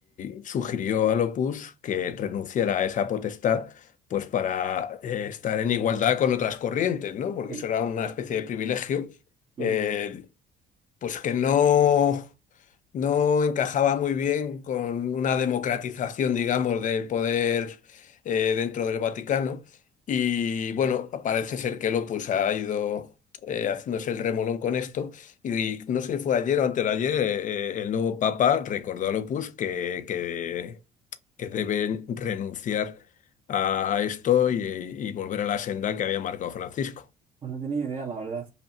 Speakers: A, on the left (about 50°); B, on the right (about 35°).
A: y sugirió al Opus que renunciara a esa potestad. pues para eh, estar en igualdad con otras corrientes, ¿no? Porque
B: Sí.
A: eso era una especie de privilegio,
B: Ujú.
A: eh, pues que no, no encajaba muy bien con una democratización, digamos, del poder eh, dentro del Vaticano. Y bueno, parece ser que Lopus ha ido eh, haciéndose el remolón con esto. Y, no sé si fue ayer o antes de ayer, eh, eh, el nuevo Papa recordó a Lopus que, que, que deben renunciar a, a esto y, y volver a la senda que había marcado Francisco.
B: Pues no tenía idea, la verdad.